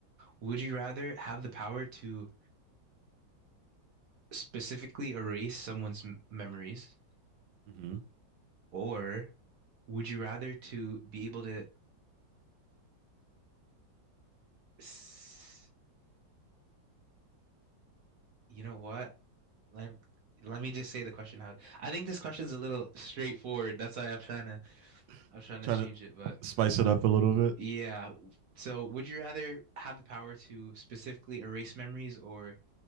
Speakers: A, on the right (about 60°); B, on the right (about 75°).
A: Would you rather have the power to specifically erase someone's m memories,
B: mm-hmm.
A: or would you rather to be able to, s you know what? Let let me just say the question how. I think this question's a little straightforward. That's why I'm trying to
B: <laughs>
A: I'm trying to
B: trying
A: change
B: to
A: it. But
B: spice it up a little bit
A: yeah, so would you rather have the power to specifically erase memories or